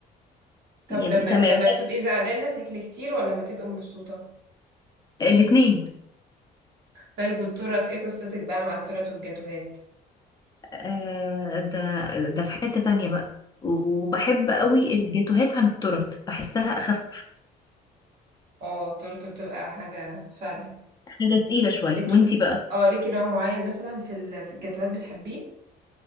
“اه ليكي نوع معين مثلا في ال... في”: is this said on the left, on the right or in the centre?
Right